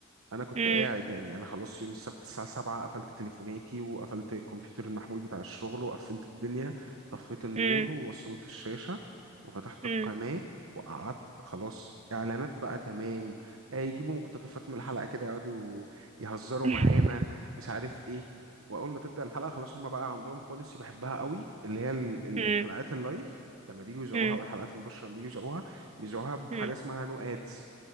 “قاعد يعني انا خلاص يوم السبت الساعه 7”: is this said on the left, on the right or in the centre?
Right